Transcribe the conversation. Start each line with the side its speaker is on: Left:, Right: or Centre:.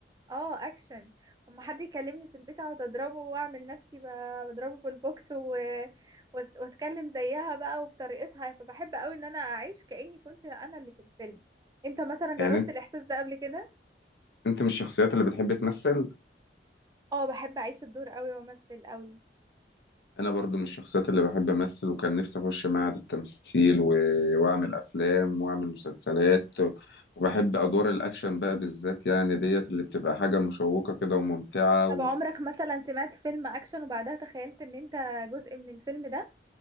Right: اه اكشن لما حد يكلمني في البيت اقعد اضربه واعمل نفسي ب- بضربه في البوكس و... وأس- واتكلم زيها بقى وبطريقتها فبحب قوي ان انا اعيش كاني كنت انا اللي في الفيلم انت مثلا جربت
Left: يعني انت
Right: الاحساس ده قبل كده
Left: انت من الشخصيات اللي بتحب تمثل
Right: اه بحب اعيش الدور قوي وامثل قوي
Left: انا برضو من الشخصيات اللي بحب امثل وكان نفسي اخش معهد التمثيل و... واعمل افلام واعمل مسلسلات وبحب ادوار الاكشن بقى بالذات يعني ديت اللي بتبقى حاجة مشوقة كده وممتعة
Right: طب عمرك مثلا سمعت فيلم اكشن وبعدها تخيلت ان انت جزء من الفيلم ده